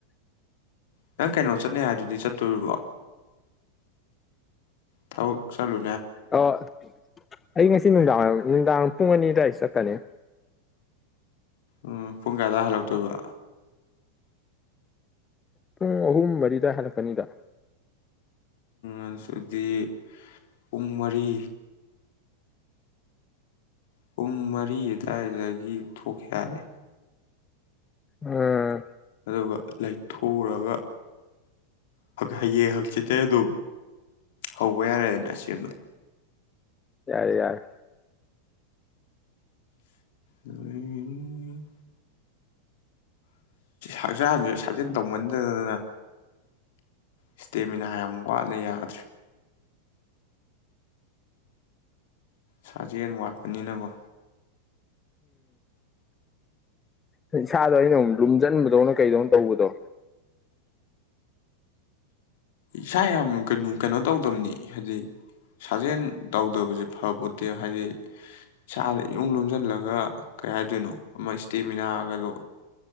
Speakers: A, on the left; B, on the left.
A: ꯅꯪ ꯀꯩꯅꯣ ꯆꯠꯅꯦ ꯍꯥꯏꯗꯨꯗꯤ ꯆꯠꯇꯣꯔꯤꯕꯣ ꯊꯕꯛ ꯆꯠꯂꯨ
B: ꯑꯣ ꯑꯩ ꯉ ꯁꯤ ꯅꯨꯡꯗꯥꯡ ꯅꯨꯡꯗꯥꯡ ꯄꯨꯡ ꯑꯅꯤ ꯑꯗꯨꯋꯥꯏꯗ ꯆꯠꯀꯅꯤ
A: ꯎꯝ ꯄꯨꯡ ꯀꯥꯏꯗꯋꯥꯏ ꯍꯜꯂꯛꯇꯣꯏꯕ
B: ꯄꯨꯡ ꯑꯍꯨꯝ ꯋꯥꯔꯤꯗ ꯍꯅ ꯐꯅꯤꯗ
A: ꯑꯗꯨꯗꯤ ꯄꯨꯡ ꯃꯔꯤ ꯄꯨꯡ ꯃꯔꯤ ꯑꯗꯨꯋꯥꯏꯗꯒꯤ ꯊꯣꯛꯀꯦ ꯍꯥꯏꯔꯦ
B: ꯎꯝ
A: ꯑꯗꯨꯒ ꯂꯩꯊꯨꯔꯒ ꯍꯌꯦꯡ ꯍꯛꯆꯤꯆꯩ ꯑꯗꯨ ꯍꯧꯕ ꯌꯥꯔꯦꯅ ꯑꯁꯦꯟꯕꯗ
B: ꯌꯥꯔꯦ ꯌꯥꯔ
A: ꯑ ꯍꯛꯆꯥꯡꯁꯦ ꯁꯥꯖꯦꯜ ꯇꯧꯃꯟꯗꯗꯅ ꯏꯁꯇꯦꯃꯤꯅꯥ ꯌꯥꯝ ꯋꯥꯠꯅ ꯌꯥꯗ꯭ꯔꯦ ꯁꯥꯖꯦꯟ ꯋꯥꯠꯄꯅꯤꯅꯀꯣ
B: ꯎꯝ ꯏꯁꯥꯗꯣ ꯑꯩꯅ ꯑꯃꯨꯛ ꯂꯨꯝꯁꯤꯟꯕꯗꯧꯅ ꯀꯩꯗꯧꯅ ꯇꯧꯕꯗꯣ
A: ꯏꯁꯥ ꯌꯥꯝ ꯀ ꯀꯩꯅꯣ ꯇꯧꯗꯝꯕꯅꯤ ꯍꯥꯏꯗꯤ ꯁꯥꯖꯦꯜ ꯇꯧꯗꯕꯁꯦ ꯐꯕ ꯄꯣꯠꯇꯦꯕ ꯍꯥꯏꯗꯤ ꯏꯁꯥꯗ ꯏꯃꯨꯡ ꯂꯣꯝꯁꯤꯜꯂꯒ ꯀꯩ ꯍꯥꯏꯗꯣꯏꯅꯣ ꯑꯃ ꯏꯁꯇꯦꯃꯤꯅꯥꯒꯗꯣ